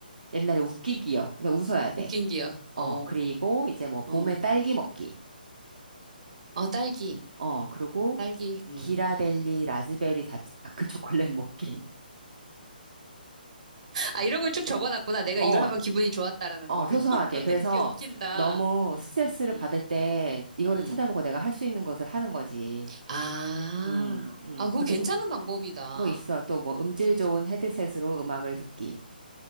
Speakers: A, on the right (about 60°); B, on the right (about 45°).
A: 옛날에 웃긴 기억. 근데 웃어야 돼.
B: 웃긴 기요.
A: 어,
B: 어,
A: 그리고 이제 뭐 봄에
B: 어.
A: 딸기 먹기.
B: 아, 딸기,
A: 어, 그리고
B: 딸기, 음.
A: 기라델리 라즈베리 다- 다크 초콜릿 먹기. <laughs>
B: 아, 이런 걸 쭉 적어놨구나. 내가
A: 어,
B: 이걸 하면 기분이 좋았다라는
A: 어,
B: 거를.
A: 소소하게.
B: <laughs> 너 되게
A: 그래서
B: 웃긴다.
A: 너무 스트레스를
B: 음,
A: 받을 때 이거를
B: 음.
A: 찾아보고 내가 할 수 있는 것을 하는 거지.
B: 아,
A: 음, 음.
B: 아, 그거
A: 그리고
B: 괜찮은
A: 뭐,
B: 방법이다.
A: 뭐 있어. 또 뭐 음질 좋은 헤드셋으로 음악을 듣기.